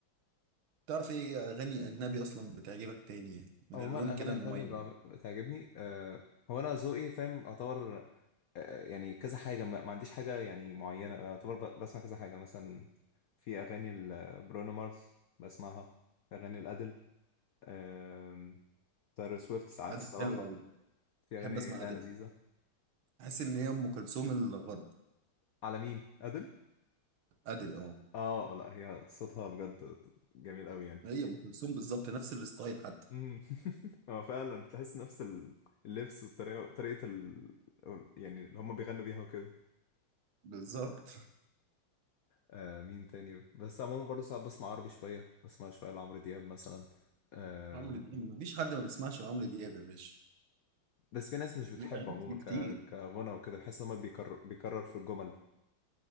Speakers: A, on the right; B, on the left.
A: تعرف ايه اغاني اجنبي اصلا بتعجبك تاني يعني من
B: عموما
A: اللون
B: الاغاني
A: كده المميز
B: الاجنبي بقى- بتعجبني آه، هو انا ذوقي فاهم اعتبر آه، يعني كذا حاجة ما ما عنديش حاجة يعني معينة أعتبر ب- بسمع كذا حاجة مثلا في أغاني برونو مارس بسمعها في أغاني الأدل آم، تايلور سويفت ساعات
A: ادل
B: الصراحة
A: حلوه قوي
B: في
A: بحب
B: أغاني
A: اسمع
B: لا
A: ادل
B: لذيذة
A: احس ان هي ام كلثوم الغرب
B: على مين أدل؟
A: ادل اه
B: آه لا هي صوتها بجد جميل أوي يعني
A: هي ام كلثوم بالظبط نفس الستايل حتى
B: مم. <laughs> هو فعلا تحس نفس ال- اللبس والطريقة طريقة ال... أو- يعني اللي هما بيغنوا بيها وكده
A: بالظبط
B: آه مين تاني بس عموما برضه ساعات بسمع عربي شوية بسمع شوية لعمرو دياب مثلا آه،
A: <laughs> عمرو دياب مفيش حد ما بيسمعش عمرو دياب يا باشا
B: بس في ناس مش بتحبه
A: ليه اغاني
B: عموما
A: كتير
B: ك... كغنى وكده بحس لما بيكرر بيكرر في الجمل